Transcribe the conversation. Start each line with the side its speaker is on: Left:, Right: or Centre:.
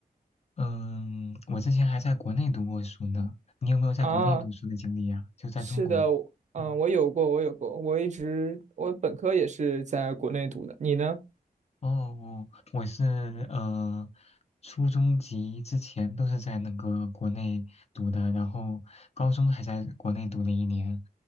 Left: 嗯，我之前还在国内读过书呢。你有没有在国内读书的经历呀？
Right: 啊，
Left: 就在中国。
Right: 是的，嗯，
Left: 嗯。
Right: 我有过，我有过，我一直我本科也是在国内读的，你呢？
Left: 哦，哦我是呃，初中级之前都是在那个国内读的，然后高中还在国内读了一年，